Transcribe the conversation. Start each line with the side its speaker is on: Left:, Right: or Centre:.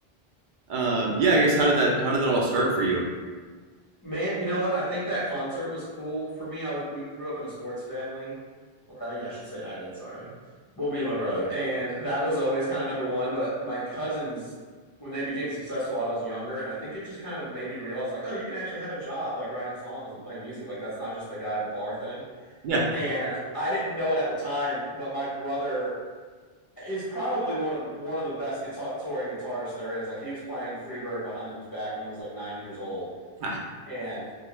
Right: Um, yeah, I guess how did that how did that all start for you?
Left: Man, you know what? I think that concert was cool for me. I was we grew up in a sports family, or uh, yeah, I should say I did. Sorry, well, me and my brother, and that was always kind of number one. But my cousins, when they became successful, I was younger, and I think it just kind of made me realize like, oh, you can actually have a job like writing songs and playing music. Like that's not just the guy at the bar thing.
Right: Yeah.
Left: And I didn't know it at the time, but my brother is probably one of the one of the best guitar touring guitarists there is. Like he was playing Freebird behind his back when he was like nine years old
Right: <laughs>
Left: and